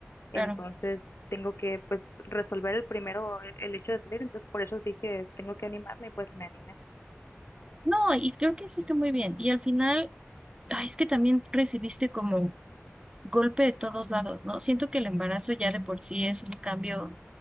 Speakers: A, on the left; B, on the right.
A: entonces
B: claro.
A: tengo que pues resolver el primero el, el hecho de salir, entonces por eso dije, tengo que animarme y pues me animé.
B: No, y creo que hiciste muy bien. Y al final, ay, es que también recibiste como golpe de todos lados, ¿no? Siento que el embarazo ya de por sí es un cambio